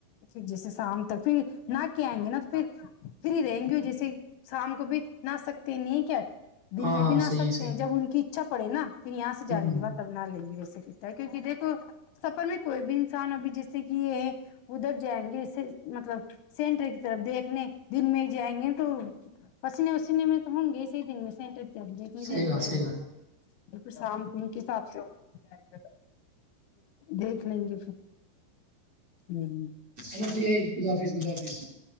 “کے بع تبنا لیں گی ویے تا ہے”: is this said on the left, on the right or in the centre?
Left